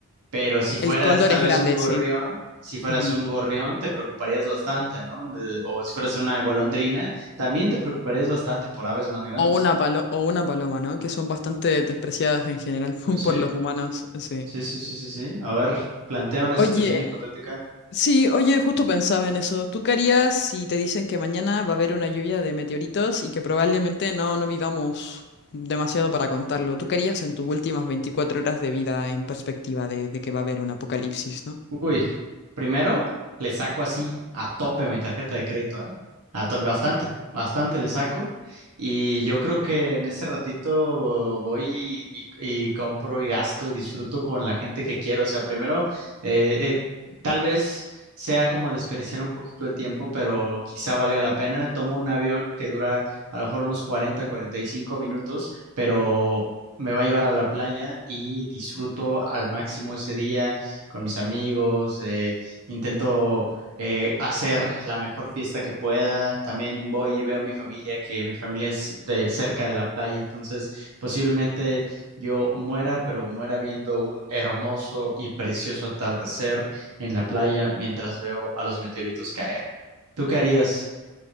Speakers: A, on the right; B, on the left.
A: Pero si fueras
B: El cóndor
A: tal
B: es
A: vez
B: grande,
A: un gorrión,
B: sí.
A: si fueras
B: Ujú.
A: un gorrión, te preocuparías bastante, ¿no? De- o si fueras una golondrina, también te preocuparías bastante por aves más grandes.
B: O una palo- o una paloma, ¿no? Que son bastante despreciadas en general <laughs>
A: Pues sí,
B: por los humanos, sí.
A: sí, sí, sí, sí, sí. A ver, plantea una
B: Oye,
A: situación hipotética.
B: Sí, oye, justo pensaba en eso. ¿Tú qué harías si te dicen que mañana va a haber una lluvia de meteoritos y que probablemente no, no vivamos demasiado para contarlo? ¿Tú qué harías en tus últimas 24 horas de vida en perspectiva de, de que va a haber un apocalipsis, ¿no?
A: Uy, primero le saco así a tope mi tarjeta de crédito, ¿eh? A tope, bastante, bastante le saco. Y yo creo que en ese ratito voy y, y- compro y gasto y disfruto con la gente que quiero. O sea, primero, eh, eh, tal vez sea como desperdiciar un poquito el tiempo, pero quizá valga la pena. Tomo un avión que dura a lo mejor unos cuarenta, cuarenta y cinco minutos, pero... Me va a llevar a la playa y disfruto al máximo ese día con mis amigos, eh, intento eh, hacer la mejor fiesta que pueda. También voy y veo a mi familia, que mi familia es de cerca de la playa, entonces posiblemente yo muera, pero muera viendo un hermoso y precioso atardecer en la playa mientras veo a los meteoritos caer. ¿Tú qué harías?